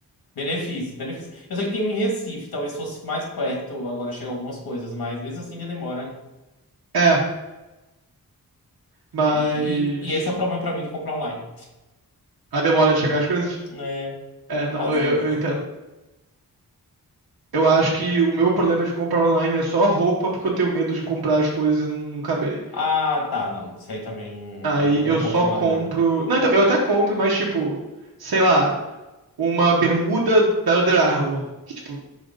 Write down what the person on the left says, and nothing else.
Benefícios, benefícios. Eu sei que tem um em Recife, talvez fosse mais perto, agora chega algumas coisas, mas mesmo assim ainda demora.
E, e, e esse é o problema pra mim de comprar online.
É,
às
vezes.
Ah, tá, não. Isso aí também.
não- eu
não
compro
online, não.